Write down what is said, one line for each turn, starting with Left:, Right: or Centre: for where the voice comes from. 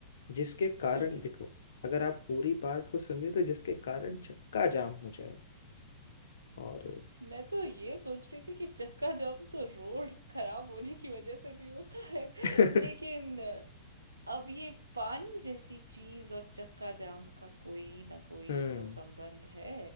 Left: जिसके कारण
Right: हम्म
Left: देखो अगर आप पूरी बात को समझे तो जिसके कारण चक्का जाम हो जाए और
Right: मैं तो ये सोच रही थी कि चक्का जाम तो रोड खराब होने की वजह से भी होता है
Left: <laughs>
Right: लेकिन अब ये पानी जैसी चीज और चक्का जाम का कोई ना कोई
Left: हम्म
Right: तो संबंध है